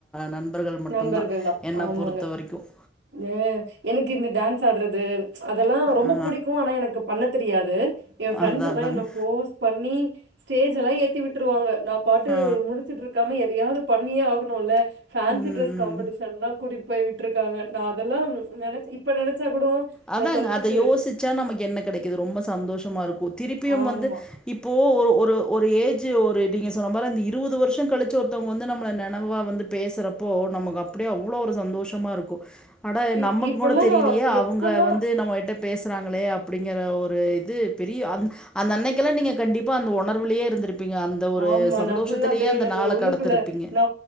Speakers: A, in the centre; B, on the right (about 65°).
A: நண்பர்கள் மட்டும்தான்
B: நண்பர்கள் தான்.
A: என்ன
B: ஆமாங்க.
A: பொறுத்த வரைக்கும்
B: அ எனக்கு இந்த டான்ஸ் ஆட்றது அதெல்லாம் ரொம்ப
A: ஆ,
B: புடிக்கும் ஆனா எனக்கு பண்ண தெரியாது என் பிரெண்ட்ஸ்ல்லாம்
A: அதான் அதாங்க
B: என்ன ஃபோர்ஸ் பண்ணி ஸ்டேஜ்ல்லாம் ஏத்தி விட்டுருவாங்க நான் பாட்டு
A: ஆ
B: முழிச்சுட்டு இருக்காம எதையாவது பண்ணியே ஆகணும்ல்ல
A: ம்
B: ஃபேன்சி ட்ரெஸ்
A: ம்
B: காம்படிஷன்லாம் கூட்டிட்டு போய் விட்ருக்காங்க நான் அதெல்லாம் நெனச் இப்போ நெனைச்சா கூட
A: அதா
B: நா சொல்ட்டு
A: அதை
B: சு
A: யோசிச்சா நமக்கு என்ன கெடைக்குது ரொம்ப சந்தோஷமா இருக்கும் திருப்பியும்
B: ஆமா
A: வந்து இப்போ ஒரு ஒரு ஒரு ஏஜு ஒரு நீங்க சொன்ன மாதிரி அந்த இருபது வருஷம் கழிச்சு ஒருத்தவங்க வந்து நம்மள நெனைவா வந்து பேசுறப்போ நமக்கு அப்டியே அவ்வளவு ஒரு சந்தோஷமா இருக்கும் அட
B: இ
A: நமக்கு
B: இப்பல்லா
A: கூட தெரிலையா
B: நா எப்பல்லா
A: அவங்க வந்து நம்மகிட்ட பேசுறாங்களே அப்டிங்கிற ஒரு இது பெரிய அந்த அந்த அன்னைக்கெல்லாம் நீங்க கண்டிப்பா அந்த உணர்விலே இருந்திருப் பீங்க அந்த ஒரு
B: ஆமா
A: சந்தோஷத்திலேயே
B: நா ஃபுல்லா அப்டியே
A: அந்த
B: எனக்கு
A: நாளை
B: ஒரு உள்ளுக்குள்ள
A: கடத்திருப்பீங்க
B: நா